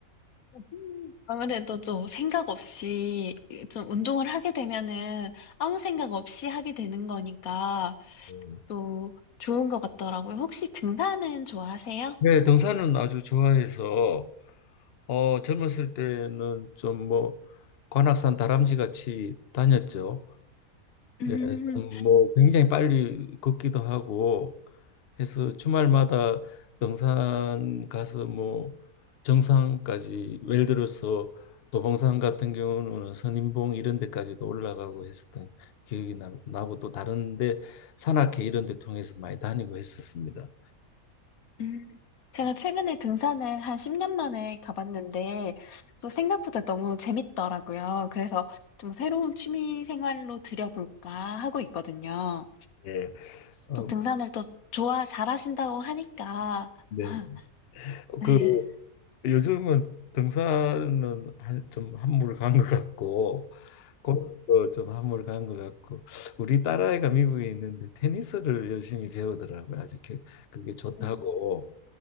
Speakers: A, on the left; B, on the left.
A: 음, 아무래도 좀 생각 없이 좀 운동을 하게 되면은 아무 생각 없이 하게 되는 거니까
B: 음.
A: 또 좋은 것 같더라고요. 혹시 등산은 좋아하세요?
B: 네, 등산은 아주 좋아해서 어 젊었을 때는 좀 뭐 관악산 다람쥐 같이 다녔죠.
A: 음,
B: 예, 좀뭐 굉장히 빨리 걷기도 하고 해서 주말마다 등산 가서 뭐 정상까지 예를 들어서 도봉산 같은 경우는 선인봉 이런 데까지도 올라가고 했었던 기억이 나, 나고 또 다른 데 산악회 이런 데 통해서 많이 다니고 했었습니다.
A: 음, 제가 최근에 등산을 한 10년 만에 가봤는데, 또 생각보다 너무 재밌더라고요. 그래서 좀 새로운 취미 생활로 들여볼까 하고 있거든요.
B: 예. 어,
A: 또 등산을 또 좋아, 잘하신다고 하니까.
B: 네.
A: <laughs> 네.
B: 그 요즘은 등산은 한, 좀 한물 간 것 같고 골프도 좀 한물 간 것 같고 우리 딸아이가 미국에 있는데 테니스를 열심히 배우더라고요. 아주 게- 그게 좋다고.
A: 음.